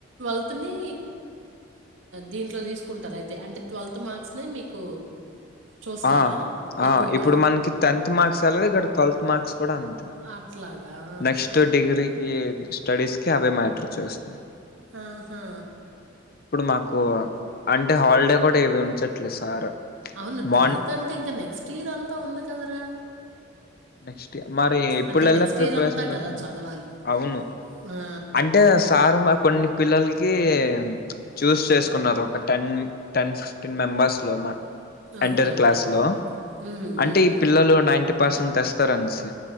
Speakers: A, on the right (about 75°); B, on the left (about 50°).
A: త్ని దీంట్లో తీసుకుంటారు అయితే అంటే ట్వెల్త్ మార్క్స్నే మీకు చూస్తారా
B: ఆ ఆ
A: ఎక్కువగా?
B: ఇప్పుడు మనకి టెన్త్ మార్క్స్ ఎలాగో ఇక్కడ ట్వెల్త్ మార్క్స్ కూడా అంతే
A: అట్లాగా.
B: నెక్స్ట్
A: ఆహా!
B: డిగ్రీకి స్టడీస్ కి అవే మ్యాటర్ చేస్తున్నాయి
A: ఆహా
B: మాకు అంటే హాలిడే కూడా ఏవి ఉంచట్లేదు సార్
A: అవును
B: మార్న్
A: ట్వెల్త్ అంటే ఇంకా నెక్స్ట్ ఇయర్ అంతా ఉంది కదరా
B: నెక్స్ట్ ఇ మరి ఇప్పుడులా
A: అంటే నెక్స్ట్
B: ప్రిపరేషన్
A: ఇయర్ అంతా
B: పెడుతున్నాను
A: కదా చదవాలి.
B: అవును
A: ఆ!
B: అంటే సార్ మా కొన్ని పిల్లలకి కి చూస్ చేసుకున్నారు ఒక టెన్ టెన్ ఫిఫ్టీన్ మెంబర్స్ లో మా
A: ఓకే.
B: Enter
A: okay.
B: క్లాస్ లో
A: హ్మ్. హ్మ్.
B: అంటే ఈ పిల్లలు నైన్టీ సన్ తెస్తరన్స్